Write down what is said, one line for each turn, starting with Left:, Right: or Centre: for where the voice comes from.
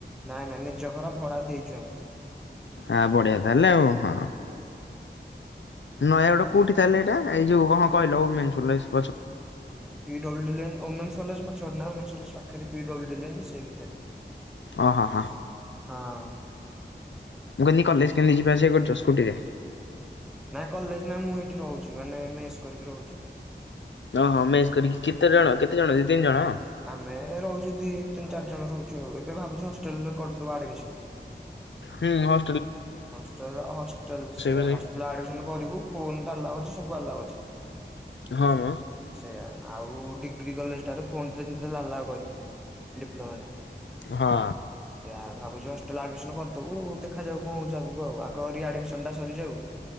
Centre: ନାଇଁ ନାଇଁ ନିଜ ଘର ଭଡ଼ା ଦେଇଚୁ ଆମେ।
Left: ଆଁ ବଢିଆ ତାହେଲେ ଆଉ ହଁ। ନୟାଗଡ଼ କୋଉଠି ତାହେଲେ ଏଇଟା ଏଇ ଯୋଉ କଣ କହିଲ ମେନସୁଲେସ।
Centre: ହୁଁ ପିଡବ୍ଲୁ ଡିଲେନ୍ ଓମେନ୍ସ କଲେଜ ପଛ ପଟ ନା ଓମେନ୍ସ କଲେଜ। ପାଖରେ ପିଡବ୍ଲୁ ଡିଲେନ୍ ସେହି ଭିତରେ।
Left: ଓ ହଁ ହଁ।
Centre: ହଁ
Left: ମୁଁ କହିଲି କଲେଜ କେମିତି ଯିବା ଆସିବା କରୁଛ ସ୍କୁଟିରେ।
Centre: ନାଇଁ କଲେଜ ନାଇଁ ମୁଁ ଏଇଠି ରହୁଛି ମାନେ ମେସ୍ କରିକି ରହୁଛି।
Left: ଓ ହଁ ମେସ୍ କରିକି କେତେ ଜଣ କେତେ ଜଣ ତିନି ଜଣ।
Centre: ଆମେ ରହୁଛୁ ଦି ତିନି ଚାରି ଜଣ ରହୁଛୁ ଏବେ ଭାବୁଛୁ ହଷ୍ଟେଲରେ କରିଦବୁ ଆଡମିସନ।
Left: ହୁଁ ହ।
Centre: ହଷ୍ଟଲ ହଷ୍ଟଲେ ସେୟା
Left: ବୋଷେଇ
Centre: ହଷ୍ଟେଲ ଆଡ଼ମିସନ କରିବୁ ଫୋନତ ଅଲାଉ ଅଛି ସବୁ ଆଲଉ ଅଛି।
Left: ହଁ ମ
Centre: ସେଇୟା ଆଉ ଟିକ ଡିଗ୍ରୀ କଲେଜଟାରେ ଫୋନ୍ <unintelligible> ଆଲାଉ କରିବେ ଡିପ୍ଲୋମାଟା।
Left: ହଁ
Centre: ସେଆ ଭାବୁଛି ହଷ୍ଟେଲ ଆଡମିସନ କରିଦବୁ ଦେଖାଯାଉ। କଣ ହୋଉଛି ଆଗକୁ ଆଉ ଆଗ ରି ଆଡମିସନ ଟା ସରିଯାଉ